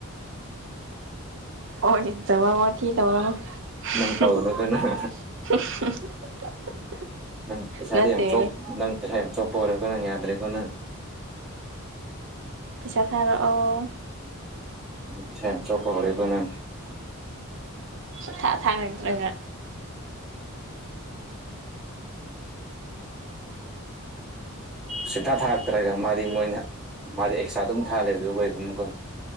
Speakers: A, on the right; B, in the centre.
A: ꯑꯣ ꯆꯥꯕ ꯋꯥꯊꯤ ꯇꯧꯔꯅꯨ <unintelligible>
B: ꯅꯪ ꯇꯧꯅꯨꯀꯣ ꯅꯪ ꯅꯪ ꯄꯩꯁꯥꯗꯤ
A: ꯅꯠꯇꯦ
B: ꯌꯥꯝ ꯆꯣꯞ ꯅꯪ ꯄꯩꯁꯥ ꯌꯥꯝ ꯆꯣꯞꯄ ꯑꯣꯏꯔꯦꯀꯣ ꯅꯪ ꯌꯥꯗ꯭ꯔꯦꯀꯣ ꯅꯪ
A: ꯄꯩꯁꯥ ꯊꯥꯔꯛꯑꯣ
B: ꯄꯩꯁꯥ ꯌꯥꯝ ꯆꯣꯞꯄ ꯍꯧꯔꯦꯒꯣ ꯅꯪ
A: ꯁꯨꯡꯊꯥ ꯊꯥꯔꯛꯇ꯭ꯔꯒ
B: ꯁꯨꯡꯊꯥ ꯊꯥꯔꯛꯇ꯭ꯔꯒ ꯃꯥꯗꯤ ꯃꯣꯏꯅ ꯃꯥꯗꯤ ꯑꯦꯛꯁꯇ꯭ꯔꯥ ꯑꯗꯨꯝ ꯊꯥ ꯂꯩꯗꯨꯕꯨ ꯑꯃꯨꯛꯒ